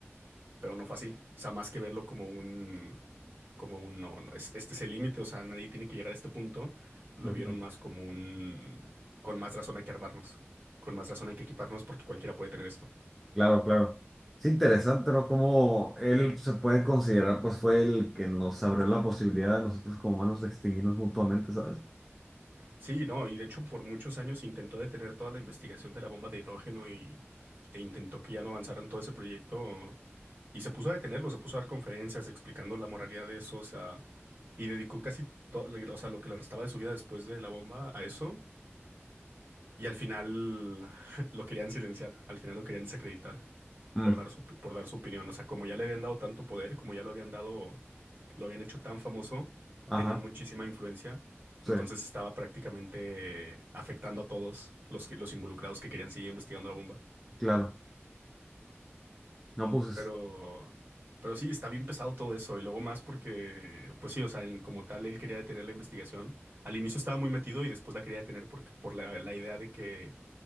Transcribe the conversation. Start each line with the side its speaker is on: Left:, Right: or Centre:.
Right: pero no fue así. O sea, más que verlo como un, como un, no, no, es- este es el límite, o sea, nadie tiene que llegar a este punto, lo
Centre: Ujú.
Right: vieron más como un, con más razón hay que armarnos, con más razón hay que equiparnos porque cualquiera puede tener esto.
Centre: Claro, claro. Es interesante, ¿no? Cómo él se puede considerar, pues fue el que nos abrió la posibilidad a nosotros como humanos de extinguirnos mutuamente, ¿sabes?
Right: Sí, no, y de hecho por muchos años intentó detener toda la investigación de la bomba de hidrógeno y, e intentó que ya no avanzaran todo ese proyecto y se puso a detenerlo, se puso a dar conferencias explicando la moralidad de eso, o sea, y dedicó casi todo, o sea, lo que le restaba de su vida después de la bomba a eso y al final <laughs> lo querían silenciar, al final lo querían desacreditar
Centre: Mm.
Right: por dar su, por dar su opinión. O sea, como ya le habían dado tanto poder, como ya lo habían dado, lo habían hecho tan famoso,
Centre: Ajá,
Right: tenía muchísima influencia.
Centre: sí,
Right: Entonces estaba prácticamente afectando a todos los, que, los involucrados que querían seguir investigando la bomba.
Centre: claro. No, pues es-
Right: Pero, pero sí, está bien pesado todo eso. Y luego más porque, pues sí, o sea, en- como tal, él quería detener la investigación. Al inicio estaba muy metido y después la quería detener por, por la, la idea de que,